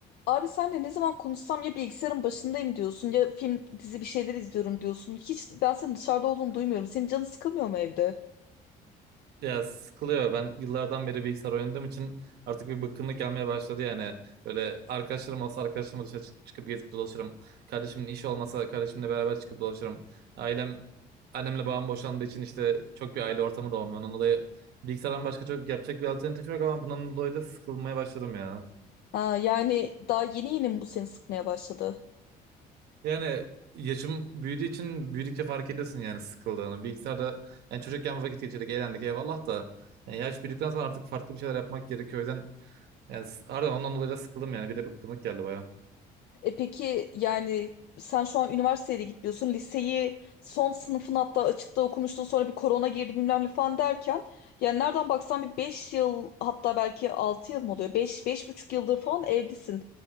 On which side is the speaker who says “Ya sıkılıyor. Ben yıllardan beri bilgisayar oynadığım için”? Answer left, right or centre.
Right